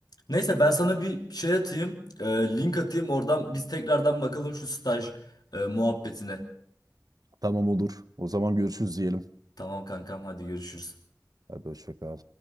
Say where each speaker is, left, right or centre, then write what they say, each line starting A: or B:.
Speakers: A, on the left; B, on the right.
A: Neyse ben sana bir şey atayım. e, link atayım. Oradan biz tekrardan bakalım şu staj e, muhabbetine.
B: Tamam olur. O zaman görüşürüz diyelim.
A: Tamam kankam hadi görüşürüz.
B: Hadi hoşça kal.